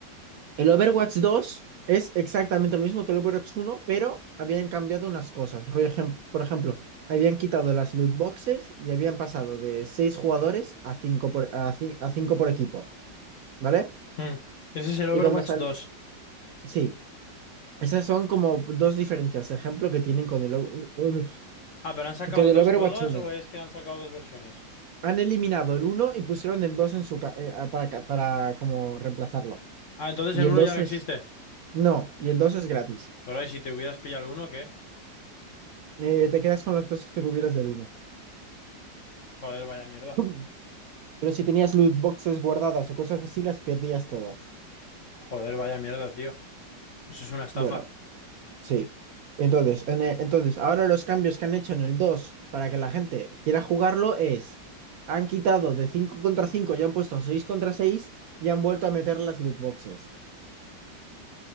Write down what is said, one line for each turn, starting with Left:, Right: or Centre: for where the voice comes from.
Right: El Overwatch dos es exactamente lo mismo que el Overwatch uno, pero habían cambiado unas cosas. Rollo ejem- Por ejemplo, habían quitado las loot boxes y habían pasado de 6 jugadores a cinco por, a ci- a cinco por equipo, ¿vale?
Left: Hmm. Ese es el Overwatch
Right: Y cuando sal...
Left: 2.
Right: Sí, esas son como dos diferencias, ejemplo, que tienen con el, Over-
Left: Ah, pero ¿han sacado
Right: con el
Left: dos
Right: Overwatch
Left: juegos
Right: uno.
Left: o es que han sacado dos versiones?
Right: Han eliminado el uno y pusieron el 2 en su ca- eh, a- para, ca- para como reemplazarlo.
Left: Ah, entonces
Right: Y
Left: el
Right: el
Left: uno
Right: 2
Left: ya no existe.
Right: es... No, y el 2 es gratis.
Left: Pero ¿y si te hubieras pillado el uno, ¿qué?
Right: Eh, te quedas con las cosas que tuvieras del uno.
Left: Joder, vaya mierda.
Right: <laughs> Pero si tenías loot boxes guardadas o cosas así, las perdías todas.
Left: Joder, vaya mierda, tío. Eso es una estafa.
Right: Bueno, sí. Entonces, en e- entonces, ahora los cambios que han hecho en el 2 para que la gente quiera jugarlo es, han quitado de 5 contra 5 y han puesto 6 contra 6 y han vuelto a meter las loot boxes.